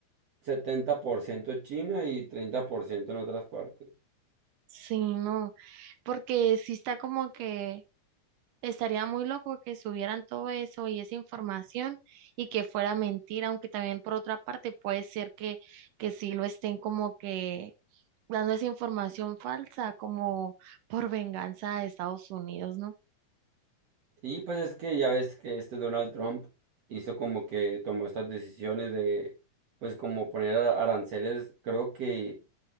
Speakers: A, on the right (about 50°); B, on the right (about 75°).
A: 70% China y 30% en otras partes.
B: Sí, no, porque sí está como que Estaría muy loco que subieran todo eso y esa información y que fuera mentira, aunque también por otra parte puede ser que, que sí lo estén como que dando esa información falsa como por venganza de Estados Unidos, ¿no?
A: Y pues es que ya ves que este Donald Trump hizo como que tomó estas decisiones de, pues como poner a- aranceles, creo que,